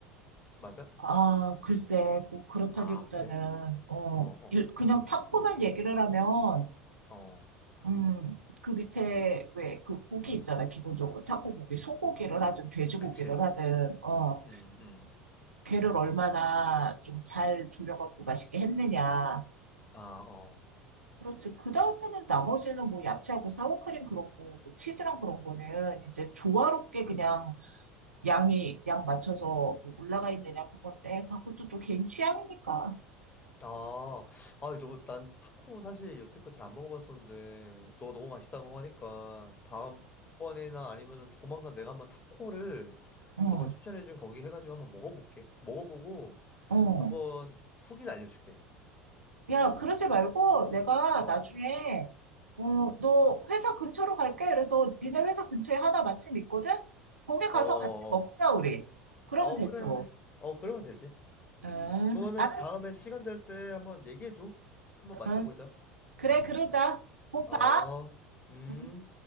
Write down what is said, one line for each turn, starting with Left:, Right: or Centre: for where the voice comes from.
Left: 맞아?
Right: 아, 글쎄, 뭐 그렇다기보다는,
Left: 아, 그래?
Right: 어,
Left: 어, 어,
Right: 일- 그냥 타코만 얘기를 하면,
Left: 어.
Right: 음, 그 밑에 왜 그 고기 있잖아, 기본적으로. 타코 고기, 소고기를 하든 돼지고기를
Left: 그치.
Right: 하든, 어,
Left: 음, 음.
Right: 걔를 얼마나 좀 잘 졸여갖고 맛있게 했느냐.
Left: 아, 어.
Right: 그렇지. 그 다음에는 나머지는 뭐 야채하고 사워크림 그런 거, 뭐 치즈랑 그런 거는 이제 조화롭게 그냥 양이, 양 맞춰서 뭐 올라가 있느냐 그건데, 다 그것도 또 개인 취향이니까.
Left: 아, 아, 이너난 타코 사실 여태껏 잘 안 먹어봤었는데, 너가 너무 맛있다고 하니까, 다음번에나 아니면은 조만간 내가 한번 타코를
Right: 응,
Left: 너가 추천해준 거기 해가지고 한번 먹어볼게. 먹어보고,
Right: 응.
Left: 한번 후기를 알려줄게.
Right: 야, 그러지 말고 내가
Left: 어,
Right: 나중에, 어, 너 회사 근처로 갈게. 그래서 니네 회사 근처에 하나 마침 있거든? 거기 가서
Left: 어, 어,
Right: 같이 먹자,
Left: 어,
Right: 우리. 그러면
Left: 어,
Right: 되지,
Left: 그래,
Right: 뭐.
Left: 그래. 어, 그러면 되지.
Right: 응,
Left: 그러면은
Right: 알았어.
Left: 다음에 시간 될 때 한번 얘기해줘. 한번 맞춰보자.
Right: 응, 그래, 그러자. 곧
Left: 어,
Right: 봐.
Left: 음.
Right: 응.